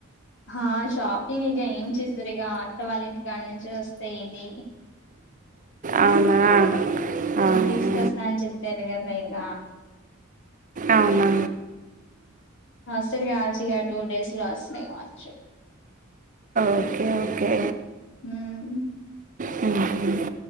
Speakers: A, on the left; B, on the right.
A: ఆ షాపింగ్ ఇక ఏం చేస్తారు ఇక అత్త వాళ్ళ ఇంటి కాడి నుంచి వస్తాయి ఇది
B: అవునా అవునా
A: తీసుకొస్తా అని చెప్పారు కదా ఇక
B: అవునా
A: సరి కాజగా టూ డేస్ లో వస్తున్నాయి కావచ్చు
B: ఓకే ఓకే
A: ఉమ్,
B: హ్మ్మ్